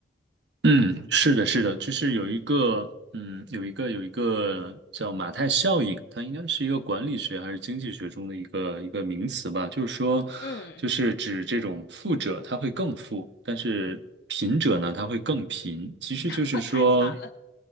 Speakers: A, on the right; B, on the left.
A: 嗯，是的，是的，就是有一个，嗯，有一个有一个叫马太效应，它应该是一个管理学还是经济学中的一个一个名词吧。就是说，
B: 嗯，
A: 就是指这种富者他会更富，但是贫者呢他会更贫。其实就是说。
B: <laughs> 太惨了。